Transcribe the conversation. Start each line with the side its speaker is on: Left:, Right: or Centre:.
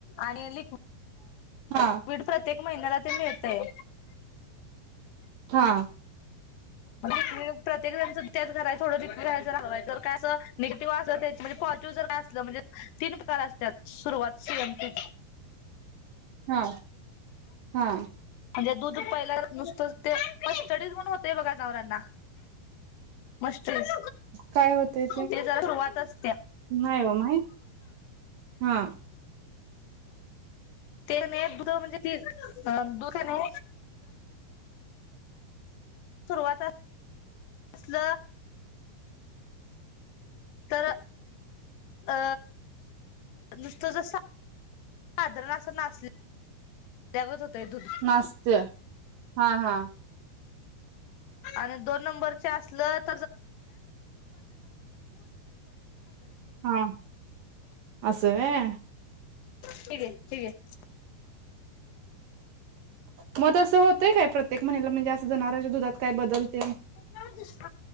Left: आणि लिकड
Right: हा
Left: वीड प्रत्येक महिन्याला ते मिळतय
Right: हा
Left: प्रत्येक जणच त्याच घरा थोडंिक करायचं हवायच काय असं निगेटिव्ह अस त्याची म्हणजे पॉझिटिव्ह जर असलं म्हणजे तीन प्रकार असतात सुरुवात सीएमी
Right: हा हा
Left: म्हणजे दूध पहिल्याला नुसतं ते पडथडीच म्हण होतेय बघा चवरांना मस्टडीज
Right: काय होतय
Left: ते जरा सुरवात असते
Right: नाही हो माहित हा
Left: ते न दुध म्हणजे ती दुधने सुरुवात असल तर अ नुसतं ज साधारण असं नासल्यागत होतय दूध
Right: नास्तय हा हा
Left: आणि दोन नंबरचे असल <inaudible>
Right: हा असं व्हय
Left: हठीक हक
Right: मग असं होतय काय प्रत्येक म्हहिला म्हणजे जनावरांच्या दुधात काय बदलते
Left: <inaudible>